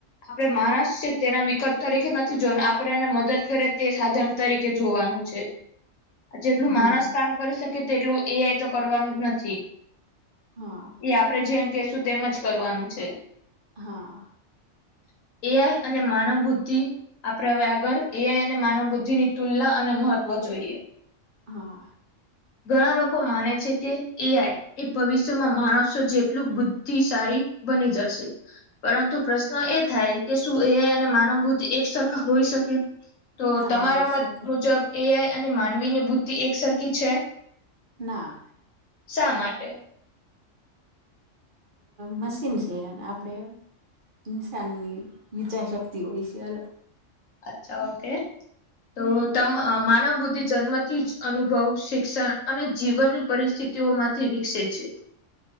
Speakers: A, on the left (about 85°); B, on the right (about 45°).
A: આપડે માણસ છે તેના વિકલ્પ તરીકે નથી જોને આપને મદદ કરે તે સાધન તરીકે જોવાનું છે જેટલું
B: હમ
A: માણસ કામ કરી શકે તેટલું એઆઈ તો કરવાનું જ નથી
B: હા
A: એ આપડે જેમ કેશું તેમજ કરવાનું છે
B: હા
A: <unintelligible> એઆઈ અને માનવ બુદ્ધિ આપ વ્યાગર એઆઈ અને માનવ બુદ્ધિ ની તુલના અને મહત્વ જોઈએ
B: હા
A: ઘણા લોકો માને છે કે એ આઈ એ ભવિષ્યમાં માણસો જેટલું બુદ્ધિશળી બની જશે પરંતુ પ્રશ્ન એ થાય કે શું એ અને માનવ બુદ્ધિ એક સરખા હોઈ શકે તો
B: ના
A: તમારા
B: હોય શકે
A: મત મુજબ એઆઈ અને માનવી ની બુદ્ધિ એક સરખી છે
B: ના
A: શા માટે
B: મશીન છે આપડે ઇન્સાનની વિચારશક્તિ હોય છેલ
A: અચ્છા ઓકે તો તમ માનવ બુદધિ જન્મથી જ અનુભવ શિક્ષણ અને જીવનની પરિસ્થિતિ તેઓમાંથી વિકસે છે